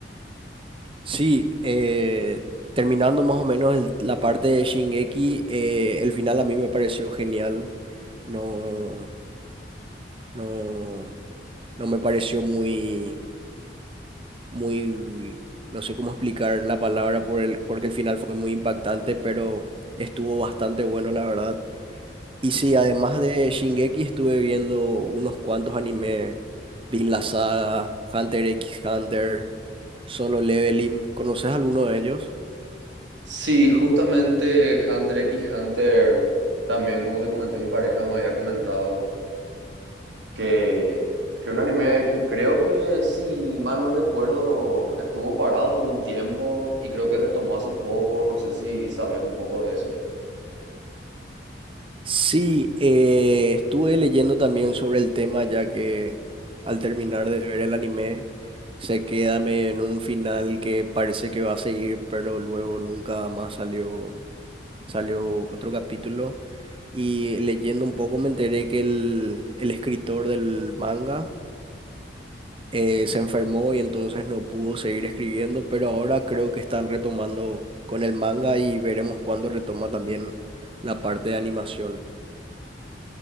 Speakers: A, on the right; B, on the right.
A: Sí, eh, terminando más o menos el- la parte de Shingeki, eh, el final a mí me pareció genial. No, no, no me pareció muy muy, no sé cómo explicar la palabra por el, porque el final fue muy impactante, pero estuvo bastante bueno, la verdad. Y sí, además de Shingeki, estuve viendo unos cuantos animes, Vinland la Saga, Hunter x Hunter, Solo Leveling. ¿Conoces alguno de ellos?
B: Sí, justamente Hunter x Hunter, también como te comenté, mi pareja me había comentado que, que un anime que creo que, si mal no recuerdo, estuvo parado por un tiempo y creo que retomó hace poco, no sé si sabes un poco de eso.
A: Sí, eh, estuve leyendo también sobre el tema, ya que al terminar de ver el anime se queda medio en un final que parece que va a seguir, pero luego nunca más salió salió otro capítulo y leyendo un poco me enteré que el, el escritor del manga eh, se enfermó y entonces no pudo seguir escribiendo, pero ahora creo que están retomando con el manga y veremos cuándo retoma también la parte de animación.